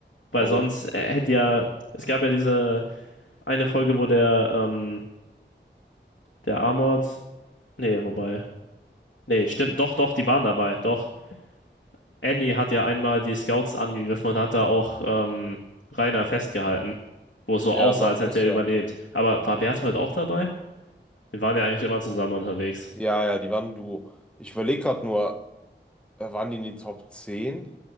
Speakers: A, on the left; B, in the centre.
A: Weil
B: Warum?
A: sonst äh, hätte ja, es gab ja diese eine Folge, wo der, ähm, der Armored, nee, wobei, nee, stimmt, doch, doch, die waren dabei, doch. Annie hat ja einmal die Scouts angegriffen und hat da auch ähm, Rainer festgehalten, wo es so
B: Ja,
A: aussah,
B: doch,
A: als hätte
B: muss
A: er
B: ja.
A: überlebt. Aber war Berthold auch dabei? Wir waren ja eigentlich immer zusammen unterwegs.
B: Ja, ja, die waren ein Duo. Ich überlege gerade nur, äh, waren die in den Top zehn?